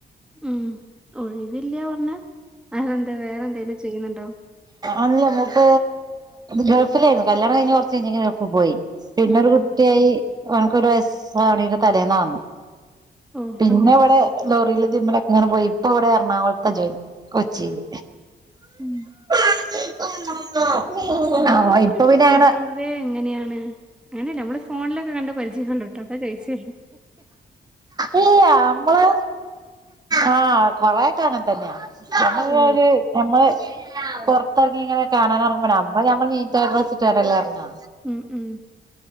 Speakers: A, in the centre; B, on the right.
A: ഉം ഒഴിവില്ലാ പർഞ്ഞ അതെന്താ വേറെന്തെേലും ചെയ്യ്ന്ന്ണ്ടോ
B: അല്ല ഞമ്മപ്പ ഗൾഫിലായ്ര്ന്നു കല്യാണം കഴിഞ്ഞ് കൊർച്ച് കഴിഞ്ഞെക്കെ ഗൾഫ് പോയി പിന്നൊരു
A: ഉം
B: കുട്ട്യായി
A: ഉം.
B: ഒൻക്കൊരു വയസ്സാവ്ണേന്റെ തലേന്നാന്ന വന്നേ
A: ഓ
B: പിന്നെ
A: അങ്ങനെ
B: വ്ടെ ലോറീല് തിമ്മലൊക്കെങ്ങനെ പോയി ഇപ്പവ്ടെ എറണാകൊൾത്ത ജോലി കൊച്ചീല്
A: ഉം
B: <unintelligible>
A: ഗോവയിലൊക്കെ
B: ആഹ് ഇപ്പൊ പിന്നെ
A: പൊതുവേ
B: അങ്ങനെ
A: എങ്ങനെയാണ് അങ്ങനെയല്ല നമ്മള ഫോണിലൊക്കെ കണ്ട പരിചയംണ്ടൂ കേട്ടോ കേട്ടോ ചയിച്ചല്ലേ
B: ഇല്ല നമ്മള് ആഹ കൊറ സ്ാനം തന്നെയാ നമ്മള്
A: ഓ
B: ഒരു നമ്മള് പുറത്തി ഇറങ്ങി ഇങ്ങനെ കാണാൻറങ്ങ്പട അ്പ ഞമ്മ നീറ്റട്ട ഡ്രസ്ട്ട് കേടല്ലഞ്ഞാ
A: ഉം ഉം